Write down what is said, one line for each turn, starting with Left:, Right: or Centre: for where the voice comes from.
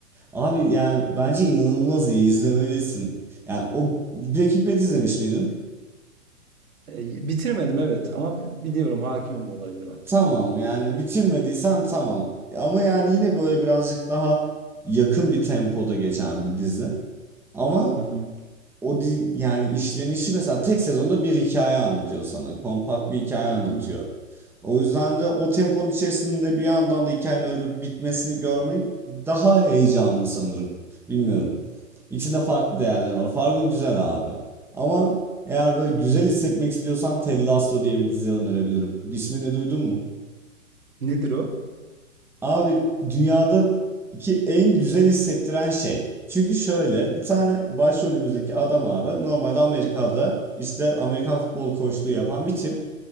Centre: Abi yani bence inanılmaz iyi izlemelisin. Yani o Breaking Bad izlemiş miydin?
Right: E, bitirmedim evet ama b- biliyorum hakimim olaylara.
Centre: Tamam yani bitirmediysen tamam. Ama yani yine böyle birazcık daha yakın bir tempoda geçen bir dizi. Ama
Right: Hı hı.
Centre: o di yani işlenişi mesela tek sezonda bir hikaye anlatıyor sana. Kompakt bir hikaye anlatıyor.
Right: Hı hı.
Centre: O yüzden de o temponun içerisinde bir yandan da hikayenin örülüp bitmesini görmek daha heyecanlı sanırım. Bilmiyorum. İçinde farklı değerler var. Fargo güzel abi. Ama eğer böyle güzel hissetmek istiyorsan Ted Lasso diye bir dizi önerebilirim. İsmini duydun mu?
Right: Nedir o?
Centre: Abi dünyadaki en güzel hissettiren şey. Çünkü şöyle bir tane başrolümüzdeki adam abi normalde Amerika'da işte Amerikan futbol koçluğu yapan bir tip